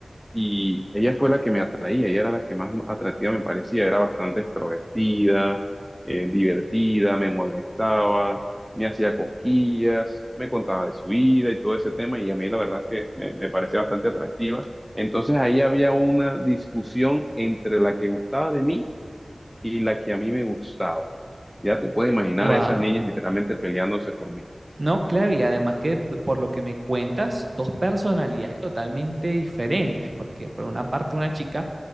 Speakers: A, in the centre; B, on the right.
A: y ella fue la que me atraía, ella era la que más atractiva me parecía, era bastante extrovertida, eh, divertida, me molestaba, me hacía cosquillas, me contaba de su vida y todo ese tema, y a mí la verdad es que me, me parecía bastante atractiva. Entonces ahí había una discusión entre la que gustaba de mí y la que a mí me gustaba. Ya te puedes imaginar
B: Wow.
A: a esas niñas literalmente peleándose por mí.
B: No, claro, y además que d- por lo que me cuentas, dos personalidades totalmente diferentes, porque por una parte una chica